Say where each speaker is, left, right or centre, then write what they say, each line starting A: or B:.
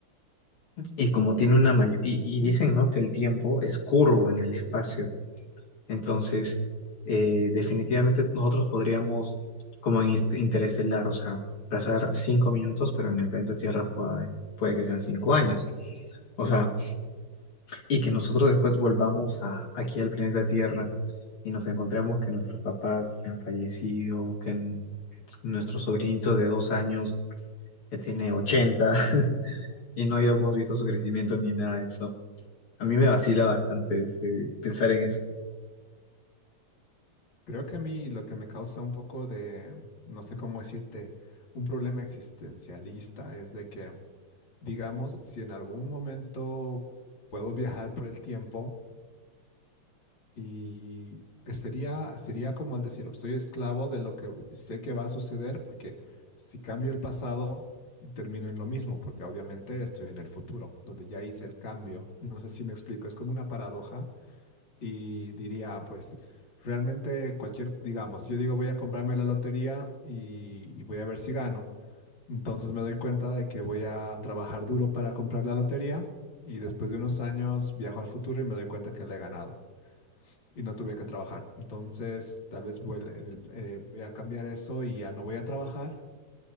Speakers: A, on the left; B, on the left.
A: Y como tiene una mayor, y, y dicen, ¿no? Que el tiempo es curvo en el espacio. Entonces, eh, definitivamente nosotros podríamos, como en inst- interestelar, o sea, pasar cinco minutos, pero en el planeta Tierra puede, puede que sean cinco años. O sea, y que nosotros después volvamos a, aquí al planeta Tierra y nos encontremos que nuestros papás ya han fallecido, que n- nuestro sobrinito de dos años ya tiene 80 <laughs> y no hayamos visto su crecimiento ni nada de eso. A mí me vacila bastante ese- pensar en eso.
B: Creo que a mí lo que me causa un poco de, no sé cómo decirte, un problema existencialista es de que, digamos, si en algún momento puedo viajar por el tiempo y sería, sería como el decir, soy esclavo de lo que sé que va a suceder, porque si cambio el pasado, termino en lo mismo, porque obviamente estoy en el futuro, donde ya hice el cambio. No sé si me explico, es como una paradoja y diría, pues realmente cualquier, digamos, si yo digo voy a comprarme la lotería y, y voy a ver si gano. Entonces me doy cuenta de que voy a trabajar duro para comprar la lotería y después de unos años viajo al futuro y me doy cuenta que la he ganado y no tuve que trabajar. Entonces tal vez vuel- en el- eh, voy a cambiar eso y ya no voy a trabajar.